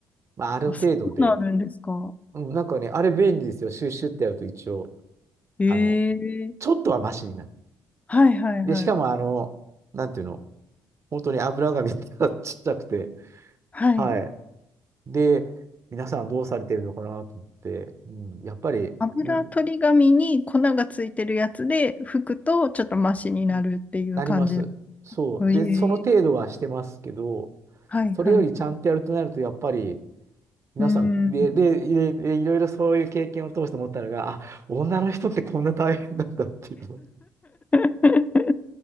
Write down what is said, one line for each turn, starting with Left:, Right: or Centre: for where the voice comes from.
Right: まあ、ある程度で、
Left: あ、そうなるんですか。
Right: うん、なんかね、あれ便利ですよ。シュッシュってやると一応、
Left: ええ
Right: あの、ちょっとはマシになる。
Left: はいはいはい。
Right: で、しかも、あの、なんていうの本当に油紙がちっちゃくて、
Left: はい。
Right: はい。で、皆さんどうされてるのかなと思って、うん、やっぱり、
Left: 油取り紙に粉がついてるやつで拭くとちょっとマシになるっていう感じ。
Right: うん、あります。
Left: え
Right: そう。
Left: え
Right: で、その程度はしてますけど、
Left: はいはいはい。
Right: それよりちゃんとやるとなると、やっぱり、皆さん、
Left: うん。
Right: で、で、で、でいろいろそういう経験を通して思ったのが、あ、女の人ってこんな大変なんだっていうの。
Left: <laughs>